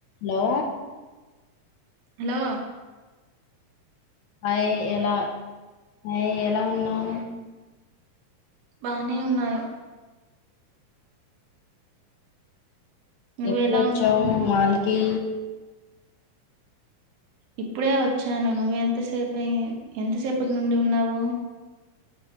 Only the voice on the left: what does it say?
hello
అయ ఎలా అయ ఎలా ఉన్నావు
ఎప్పుడు వచ్చావు
మాల కి